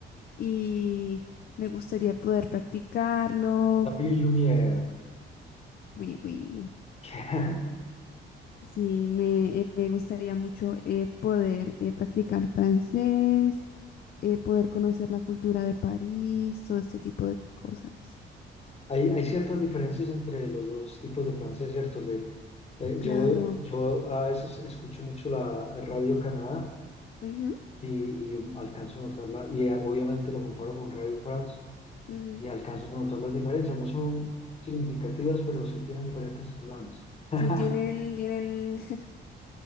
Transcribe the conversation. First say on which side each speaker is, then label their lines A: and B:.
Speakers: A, on the left (about 50°); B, on the left (about 30°).
A: y me gustaría poder practicarlo.
B: La Ville Lumière.
A: Oui, oui.
B: <laughs>
A: Sí, me eh, gustaría mucho eh, poder eh, practicar francés, eh, poder conocer la cultura de París, todo este tipo de cosas.
B: Hay, hay ciertas diferencias entre los dos tipos de Francia, ¿cierto? Le- eh, yo,
A: Claro.
B: yo a veces escucho mucho la Radio Canadá
A: Ujú,
B: y, y alcanzo a notarla, y eh, obviamente lo comparo con Radio France
A: ujú.
B: y alcanzo a notar las diferencias. No son significativas, pero sí tienen diferentes eslanes. <laughs>
A: Sí, tienen, tienen. <laughs>